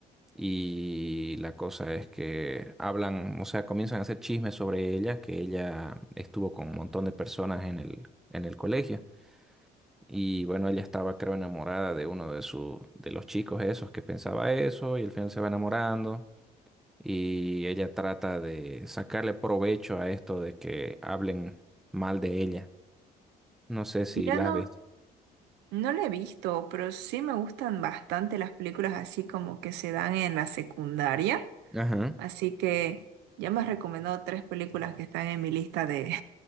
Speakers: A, in the centre; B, on the right.
A: y la cosa es que hablan, o sea, comienzan a hacer chismes sobre ella, que ella estuvo con un montón de personas en el, en el colegio y bueno, ella estaba, creo, enamorada de uno de su, de los chicos esos que pensaba eso y al final se va enamorando y ella trata de sacarle provecho a esto de que hablen mal de ella. No sé si
B: Mira,
A: la
B: no,
A: has visto.
B: no la he visto, pero sí me gustan bastante las películas así como que se dan en la secundaria.
A: Ajá.
B: Así que ya me has recomendado tres películas que están en mi lista de,